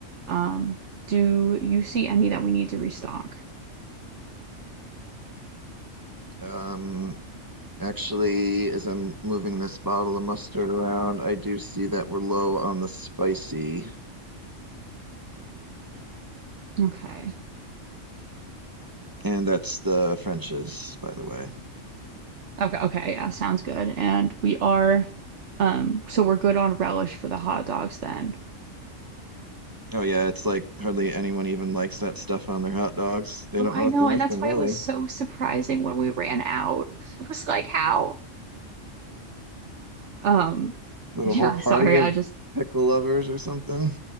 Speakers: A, on the right; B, on the right.
A: Um, do you see any that we need to restock?
B: Um, actually, as I'm moving this bottle of mustard around, I do see that we're low on the spicy.
A: Okay.
B: And that's the French's, by the way.
A: Okay, okay, yeah, sounds good. And we are, um, so we're good on relish for the hot dogs then.
B: Oh, yeah, it's like hardly anyone even likes that stuff on their hot dogs. They
A: Oh,
B: don't
A: I
B: know
A: know,
B: what they're missing,
A: and that's
B: really.
A: why it was so surprising when we ran out. <laughs> It was like, how? Um,
B: Little
A: yeah,
B: whole party
A: sorry,
B: of
A: I just
B: pickle lovers or something.